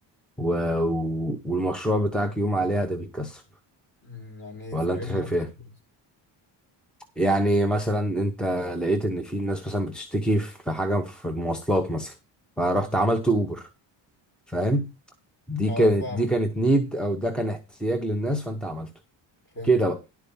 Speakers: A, in the centre; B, on the left (about 25°).
A: و... و- والمشروع بتاعك يقوم عليها ده بيتكسب
B: مم، يعني ايه
A: ولا
B: فهمني
A: انت شايف
B: اكتر
A: ايه
B: برضه
A: يعني مثلا انت لقيت ان في ناس مثلا بتشتكي في حاجة في المواصلات مثلا فرحت
B: مم.
A: عملت اوبر فاهم دي
B: اه
A: كانت
B: فاهمك
A: دي كانت نيد او ده كان احتياج للناس فانت عملته
B: فهمتك
A: كده بقى